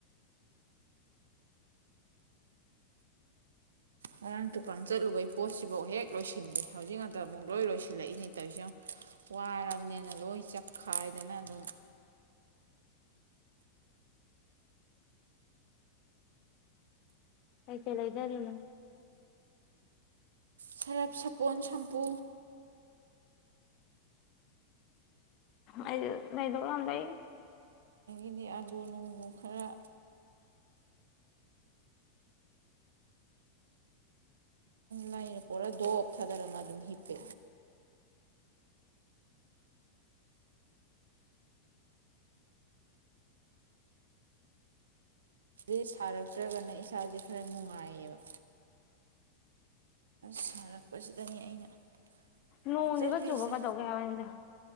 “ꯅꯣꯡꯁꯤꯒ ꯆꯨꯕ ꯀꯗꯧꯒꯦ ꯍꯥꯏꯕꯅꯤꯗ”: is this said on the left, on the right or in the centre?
Left